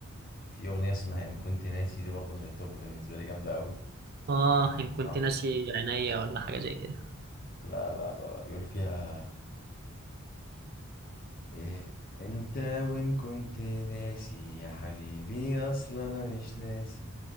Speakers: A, on the left; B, on the right.
A: في أغنية اسمها إن كنت ناسي دي برضه من التوب بالنسبة لي جامدة أوي
B: اه ان كنت
A: آه.
B: ناسي عينيا ولا حاجه زي كده
A: لا لا لا لا بيقول فيها إيه أنت وإن كنت ناسي يا حبيبي أصلا أنا مش ناسي